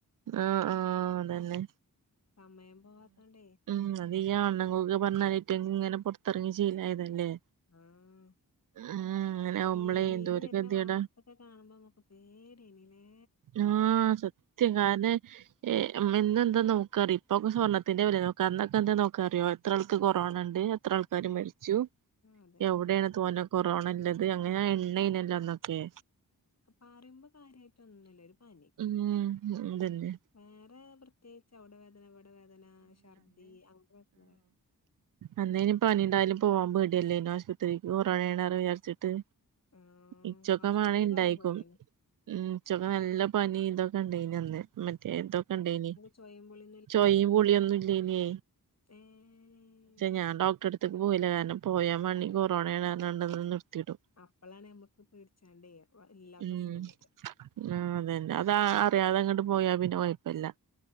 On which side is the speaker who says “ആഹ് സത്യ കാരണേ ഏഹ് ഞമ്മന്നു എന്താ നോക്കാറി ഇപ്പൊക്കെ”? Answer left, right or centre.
Right